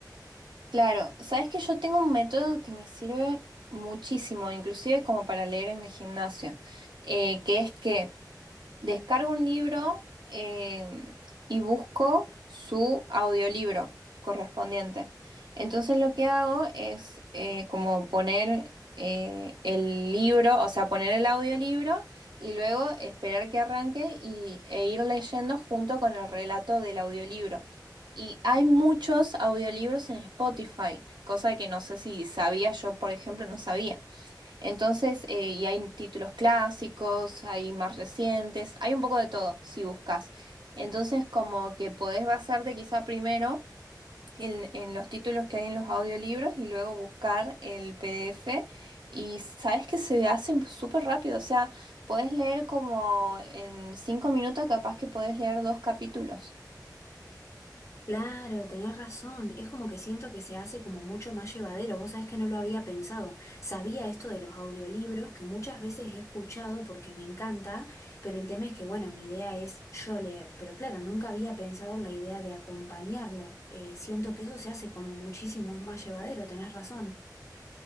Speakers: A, on the right; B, on the left.
A: Claro, sabes que yo tengo un método que me sirve muchísimo, inclusive como para leer en el gimnasio, eh, que es que Descargo un libro eh, y busco su audiolibro correspondiente. Entonces lo que hago es eh, como poner eh, el libro, o sea, poner el audiolibro y luego esperar que arranque y, e ir leyendo junto con el relato del audiolibro. Y hay muchos audiolibros en Spotify, cosa que no sé si sabía yo, por ejemplo, no sabía. Entonces, eh, y hay títulos clásicos, hay más recientes, hay un poco de todo si buscas. Entonces, como que podés basarte quizá primero en, en los títulos que hay en los audiolibros y luego buscar el PDF. Y sabes que se hacen súper rápido, o sea, podés leer como en cinco minutos, capaz que podés leer dos capítulos.
B: Claro, tenés razón. Es como que siento que se hace como mucho más llevadero. Vos sabés que no lo había pensado. Sabía esto de los audiolibros que muchas veces he escuchado porque me encanta, pero el tema es que, bueno, mi idea es yo leer. Pero claro, nunca había pensado en la idea de acompañarlo. Eh, siento que eso se hace como muchísimo más llevadero. Tenés razón.